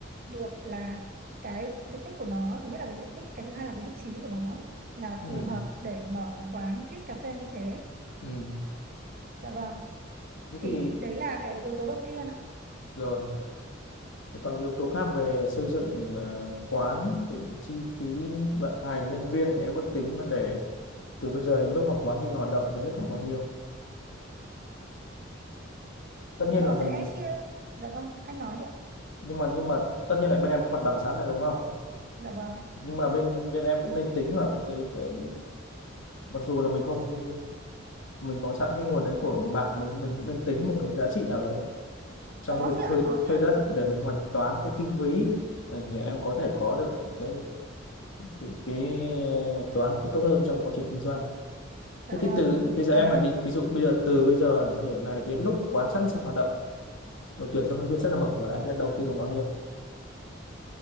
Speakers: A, on the right; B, on the left.
A: được là cái diện tích của nó thứ nhất là cái diện tích cái thứ hai là cái vị trí của nó là
B: Ừ.
A: phù hợp để mở một quán kids cà phê như thế
B: Ừ.
A: dạ vâng
B: thế
A: thì
B: thì
A: đấy là cái yếu tố đầu tiên ạ
B: rồi còn cái yếu tố khác về xây dựng ờ, quán thì chi phí vận hành nhân viên thì em ước tính mà để từ bây giờ đến lúc mà quán đi vào hoạt động thì hết khoảng bao nhiêu tất nhiên
A: nó
B: là mình
A: sẽ chia dạ vâng anh nói đi ạ
B: nhưng mà nhưng mà tất nhiên là bên em có mặt bằng sẵn rồi đúng không
A: dạ vâng
B: nhưng mà bên bên em cũng nên tính vào cái cái cái mặc dù là mình không mình có sẵn cái nguồn đấy của người bạn mình mình cũng nên tính một cái giá trị nào đấy trong
A: có
B: cái việc
A: chứ
B: thuê
A: ạ có chứ
B: thuê
A: ạ
B: đất để mình hoạch toán cái kinh phí Ừ, thì em có thể có được cái cái, cái hoạch toán sẽ tốt hơn trong quá trình kinh doanh
A: dạ
B: Thế
A: vâng
B: thì từ bây giờ
A: có
B: em hoạch định ví dụ bây giờ từ bây giờ là hiện này đến lúc quán sẵn sàng hoạt động đội tuyển trong nhân viên sẽ là mở cửa là anh sẽ đầu tư khoảng bao nhiêu